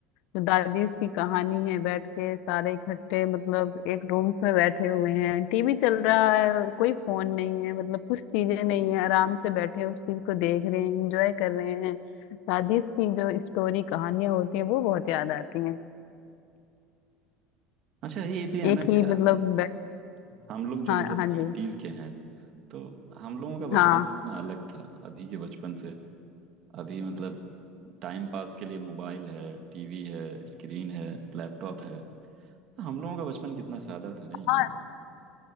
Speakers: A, on the left; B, on the right.
A: जो दादीज की कहानी है बैठ के सारे इकट्ठे मतलब एक रूम में बैठे हुए हैं टीवी चल रहा है और कोई फोन नहीं है मतलब कुछ चीजें नहीं है आराम से बैठे हैं, उस चीज को देख रहे हैं एंजॉय कर रहे हैं दादीज की जो स्टोरी कहानियां होती है वो बहुत याद आती हैं
B: अच्छा ये भी है ना
A: एक ही
B: क्या
A: मतलब
B: हम
A: बैठ
B: हम लोग जो
A: हाँ
B: मतलब
A: हाँ
B: नाइन्टीज
A: जी
B: के हैं तो हम लोगों का बचपन
A: हाँ
B: कितना अलग था अभी के बचपन से अभी मतलब टाइम पास के लिए मोबाइल है टीवी है स्क्रीन है लैपटॉप है हम लोगों का बचपन कितना सादा था नहीं
A: हाँ